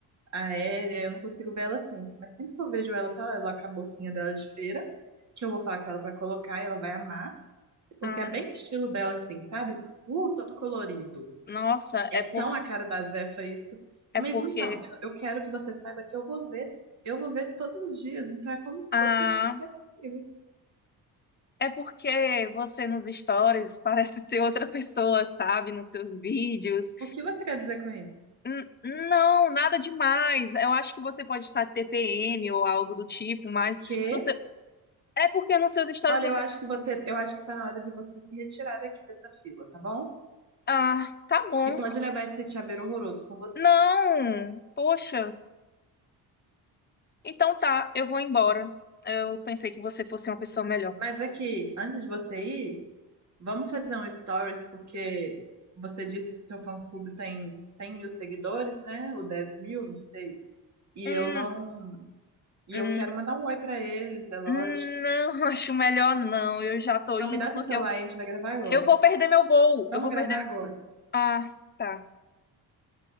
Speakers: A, on the right (about 45°); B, on the left (about 25°).
A: aérea, eu não consigo ver ela sempre, mas sempre que eu vejo ela, tá lá com a bolsinha dela de feira, que eu vou falar com ela pra colocar e ela vai amar, porque
B: Ah,
A: é bem estilo dela assim, sabe? Uh, todo colorido.
B: nossa,
A: É
B: é porque
A: tão a cara da Zefa isso.
B: é
A: Mas
B: porque
A: então, eu, eu quero que você saiba que eu vou ver, eu vou ver todos os dias, então é como se
B: ah,
A: fosse tivesse comigo.
B: é porque você nos stories <laughs> parece ser outra pessoa, sabe, nos seus vídeos.
A: O que você quer dizer com isso?
B: N- não, nada demais. Eu acho que você pode estar TPM ou algo do tipo, mas
A: O quê?
B: no seu- é porque nos seus stories
A: Olha,
B: você
A: eu acho que vou ter- eu acho que tá na hora de você se retirar daqui dessa fila, tá bom?
B: Ah, tá bom.
A: E pode levar esse chaveiro horroroso com você.
B: Não, poxa. Então tá, eu vou embora. Eu pensei que você fosse uma pessoa melhor.
A: Mas aqui, antes de você ir, Vamos fazer um stories, porque você disse que seu fã-clube tem 100 mil seguidores, né? Ou 10 mil, não sei. E
B: Hum,
A: eu não. E
B: hum,
A: eu quero mandar um oi pra eles, é lógico.
B: hum, não, <laughs> acho melhor não. Eu já tô indo
A: Não, me dá seu
B: porque
A: celular
B: eu,
A: aí, a gente vai gravar agora.
B: eu vou perder meu voo.
A: Vamos
B: Eu vou
A: gravar
B: perder.
A: agora.
B: Ah, tá.